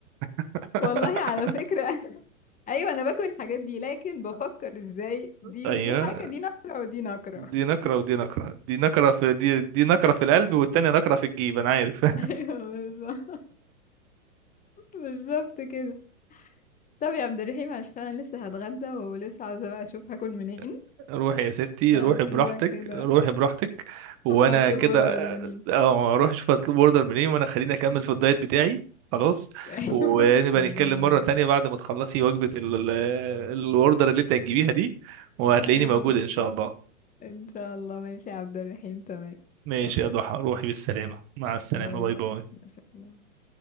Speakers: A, on the right (about 35°); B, on the left (about 20°).
A: <laughs>
B: والله على فكرة <laughs> ايوه انا باكل الحاجات دي لكن بفكر ازاي دي
A: ايوه
B: دي حاجة دي نقرة ودي نقرة
A: دي
B: <laughs>
A: نكرة ودي نكرة دي نكرة في دي دي نكرة في القلب والتانية نكرة في الجيب انا عارف
B: ايوه بالظبط بالظبط كده طب يا عبد الرحيم عشان انا لسه هتغدى ولسه عاوزة بقى اشوف هاكل منين
A: <laughs> روحي يا ستي
B: فسيبك
A: روحي براحتك
B: كده
A: روحي براحتك وانا
B: هطلب
A: كده
B: اوردر منين
A: اه اروح اشوف هطلب اوردر منين وانا خليني اكمل
B: <laughs>
A: في الدايت بتاعي خلاص
B: ايوه
A: ونبقى
B: ربنا
A: نتكلم
B: معاك
A: مرة تانية بعد ما تخلصي وجبة ال- ال- الاوردر اللي انت هتجيبيها دي وهتلاقيني
B: ايوه
A: موجود
B: بالظبط
A: ان شاء الله
B: ان شاء الله ماشي يا عبد الرحيم تمام
A: ماشي
B: خلاص
A: يا ضحى روحي بالسلامة مع السلامة
B: باي
A: باي
B: باي
A: باي
B: مع السلامة.